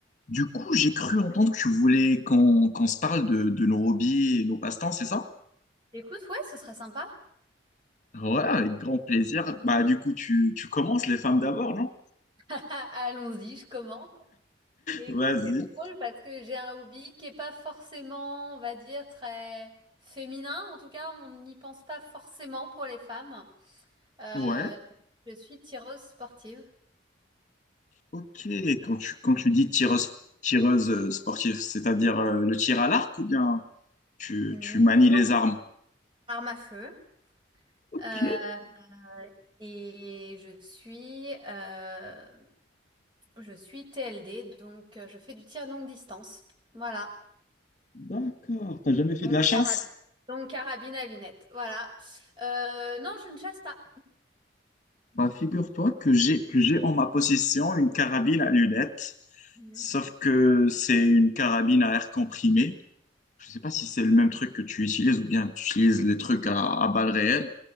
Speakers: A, on the left; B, on the right.
A: Du coup, j'ai cru entendre que tu voulais qu'on qu'on se parle de, de nos hobbies et nos passe-temps, c'est ça?
B: Écoute, ouais, ce serait sympa.
A: Ouais, avec grand plaisir. Bah, du coup, tu, tu commences les femmes d'abord, non?
B: <laughs> Allons-y, je commence. Et
A: Vas-y.
B: écoute, c'est drôle parce que j'ai un hobby qui est pas forcément, on va dire, très féminin. En tout cas, on n'y pense pas forcément pour les femmes. Euh,
A: Ouais.
B: je suis tireuse sportive.
A: Ok. Quand tu, quand tu dis tireuse, tireuse euh, sportive, c'est-à-dire euh, le tir à l'arc ou bien tu,
B: Non,
A: tu manies les armes?
B: arme à feu.
A: Ok.
B: Euh, et je suis, euh, je suis TLD, donc euh, je fais du tir longue distance. Voilà.
A: D'accord. T'as jamais fait
B: Donc,
A: de la chasse?
B: carab- donc, carabine à lunettes. Voilà. Euh, non, je ne chasse pas.
A: Bah, figure-toi que j'ai que j'ai en ma possession une carabine à lunettes,
B: Mhm.
A: sauf que c'est une carabine à air comprimé. Je sais pas si c'est le même truc que tu utilises ou bien tu utilises les trucs à, à balles réelles.